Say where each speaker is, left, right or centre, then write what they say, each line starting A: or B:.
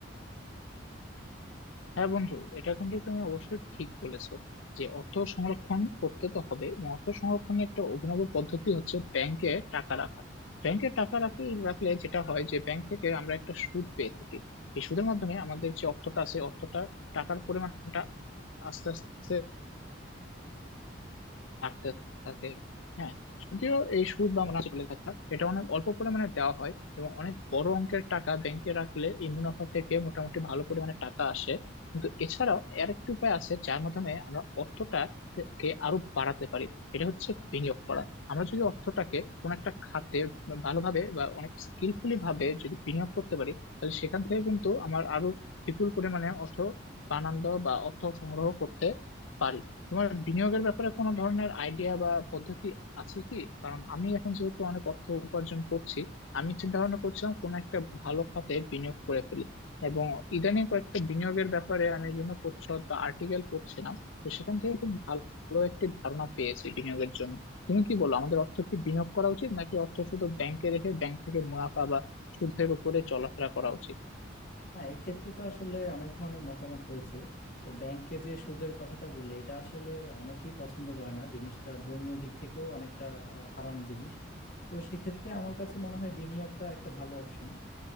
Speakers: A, on the left; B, on the left.
A: হ্যাঁ বন্ধু এটা কিন্তু তুমি অবশ্যই ঠিক বলেছো যে অর্থ সংরক্ষণ করতে তো হবে এবং অর্থ সংরক্ষণের একটা অভিনব পদ্ধতি হচ্ছে ব্যাংকে টাকা রাখা ব্যাংকে টাকা রাখি রাখলে যেটা হয় যে ব্যাংক থেকে আমরা একটা সুদ পেয়ে থাকি এই সুদের মাধ্যমে আমাদের যে অর্থটা আছে অর্থটা টাকার পরিমাণটা আস্তে আস্তে হাঁটতে থাকে হ্যাঁ যদিও এই সুদ বা মুনাফা চলে থাকা এটা অনেক অল্প পরিমাণে দেওয়া হয় এবং অনেক বড় অঙ্কের টাকা ব্যাংকে রাখলে এই মুনাফা থেকে মোটামুটি ভালো পরিমাণে টাকা আসে কিন্তু এছাড়াও আর একটি উপায় আছে যার মাধ্যমে আমরা অর্থটা কে আরো বাড়াতে পারি এটা হচ্ছে বিনিয়োগ করা আমরা যদি অর্থটাকে কোন একটা খাতে ভালোভাবে বা অনেক স্কিলফুলি ভাবে যদি বিনিয়োগ করতে পারি তাহলে সেখান থেকে কিন্তু আমার আরো বিপুল পরিমাণে অর্থ বানানো বা অর্থ সংগ্রহ করতে পারি তোমার বিনিয়োগের ব্যাপারে কোনো ধরনের আইডিয়া বা পদ্ধতি আছে কি কারণ আমি এখন যেহেতু অনেক অর্থ উপার্জন করছি আমি চিন্তা ভাবনা করছিলাম কোনো একটা ভালো খাতে বিনিয়োগ করে ফেলি এবং ইদানিং কয়েকটা বিনিয়োগের ব্যাপারে আমি বিভিন্ন প্রচ্ছদ বা আর্টিকেল পড়ছিলাম তো সেখান থেকে খুব ভালো একটি ধারণা পেয়েছি বিনিয়োগের জন্য তুমি কি বলো আমাদের অর্থ কি বিনিয়োগ করা উচিত নাকি অর্থ শুধু ব্যাংকে রেখে ব্যাংক থেকে মুনাফা বা সুদের উপরে চলাফেরা করা উচিত
B: হ্যাঁ এই ক্ষেত্রে তো আসলে অনেক ধরনের মতামত রয়েছে তো ব্যাংকে যে সুদের কথাটা বললে এটা আসলে অনেকেই পছন্দ করে না জিনিসটা ধর্মীয় দিক থেকেও অনেকটা আহ, হারাম জিনিস তো সেক্ষেত্রে আমার কাছে মনে হয় বিনিয়োগটা একটা ভালো অপশন